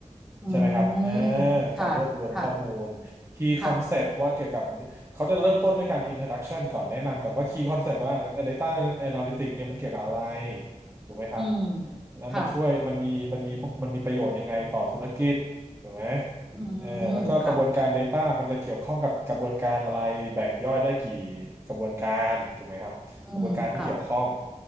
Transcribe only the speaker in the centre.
อืม
ค่ะค่ะ
ค่ะ
อืม
ค่ะอืมค่ะ
อืมค่ะ